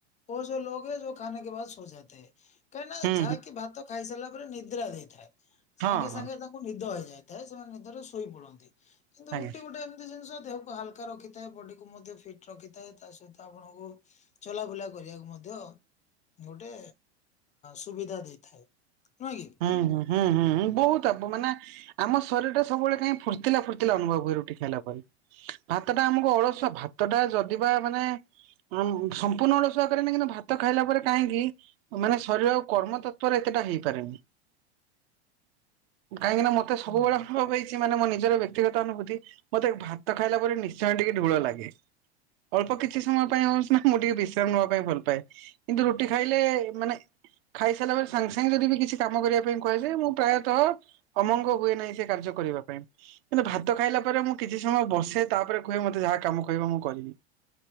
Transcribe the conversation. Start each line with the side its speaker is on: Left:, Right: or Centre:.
Left: ଓ ଯୋ ଲୋକ୍ ହେ ଯୋ ଖାନେ କା ବାଦ୍ ସୋ ଯାତେ ହେ କାହିଁନା
Right: ହୁଁ ହୁଁ ହଁ
Left: ଯାହା କି ଭାତ ତ ଖାଇ ସାଇଲା ତାପରେ ନିଦ୍ରା ଦେଇଥାଏ
Right: ହଁ
Left: ସାଙ୍ଗେ ସାଙ୍ଗେ ତାଙ୍କୁ ନିଦ ହେଇଯାଇଥାଏ ସେମାନେ ନିଦରେ ଶୋଇ ପଡନ୍ତି। କିନ୍ତୁ
Right: ଆଜ୍ଞା
Left: ରୁଟି ଗୋଟେ ଏମ୍ ଜିନିଷ ଦେହକୁ ହାଲକା ରଖିଥାଏ ବଡିକୁ ମଧ୍ୟ ଫିଟ ରଖିଥାଏ ତା ସହିତ ଆପଣଙ୍କୁ ଚଲାବୁଲା କରିବାକୁ ମଧ୍ୟ ଗୋଟେ ସୁବିଧା ଦେଇଥାଏ। ନୁହେଁ କି।
Right: ହୁଁ ହୁଁ ହୁଁ ହୁଁ ହଁ ବହୁତ ଆପଣ ମାନେ ଆମ ଶରୀର ଟା ସବୁବେଳେ କାହିଁ ଫୁର୍ତିଲା ଫୁର୍ତିଲା ଅନୁଭବ ହୁଏ ରୁଟି ଖାଇଲା ପରେ। ଭାତ ଟା ଆମକୁ ଅଳସୁଆ ଭାତ ଟା ଯଦିିବା ମାନେ ହୁଁ ସମ୍ପୂର୍ଣ୍ଣ ଅଳସୁଆ କରେନି କିନ୍ତୁ ଭାତ ଖାଇଲା ପରେ କାହିଁକି ମାନେ ଶରୀର ଆଉ କର୍ମ ତତ୍ଵରେ ଏତେଟା ହେଇପାରେନି। କାହିଁକିନା ମତେ ସବୁବେଳେ
Left: ନିହା-
Right: <unintelligible> କିଛି ମାନେ ମୋ ନିଜର ବ୍ୟକ୍ତିଗତ ଅନୁଭୂତି ମତେ ଭାତ ଖାଇଲା ପରେ ନିଶ୍ଚୟ ଟିକେ ଢୋଳ ଲାଗେ। ଅଳ୍ପ କିଛି ସମୟ ପାଇଁ ହଉଛି ନା ମୁଁ ଟିକେ ବିଶ୍ରାମ ନବା ପାଇଁ ଭଲ ପାଏ। କିନ୍ତୁ ରୁଟି ଖାଇଲେ ମାନେ ଖାଇସାରିଲା ପରେ ସାଙ୍ଗେ ସାଙ୍ଗେ ଯଦି ବି କିଛି କାମ କରିବା ପାଇଁ କୁହାଯାଏ ମୁଁ ପ୍ରାୟତଃ ଅମଙ୍ଗ ହୁଏ ନାହିଁ ସେ କାର୍ଯ୍ୟ କରିବା ପାଇଁ। ହେଲେ ଭାତ ଖାଇଲା ପରେ ମୁଁ କିଛି ସମୟ ବସେ ତାପରେ କୁହେ ମତେ ଯାହା କାମ କହିବ ମୁଁ କରିବି।